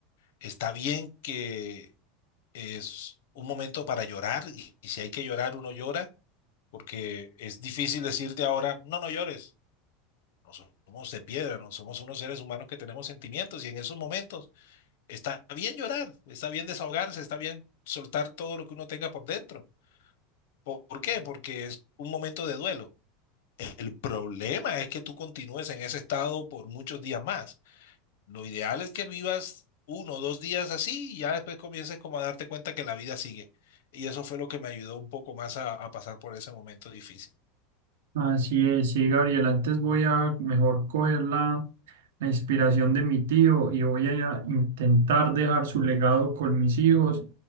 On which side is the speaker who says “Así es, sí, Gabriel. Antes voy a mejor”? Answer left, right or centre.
Right